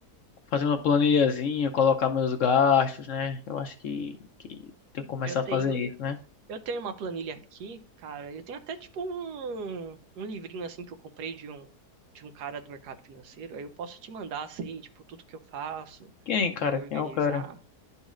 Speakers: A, on the left; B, on the right.
A: fazer uma planilhazinha, colocar meus gastos, né? Eu acho que, que tenho que começar
B: Eu tenho,
A: a fazer isso, né?
B: Eu tenho uma planilha aqui, cara. Eu tenho até tipo um, um livrinho assim que eu comprei de um de um cara do mercado financeiro. Aí eu posso te mandar assim, tipo, tudo que eu faço
A: Quem, cara?
B: pra me organizar.
A: Quem é o cara?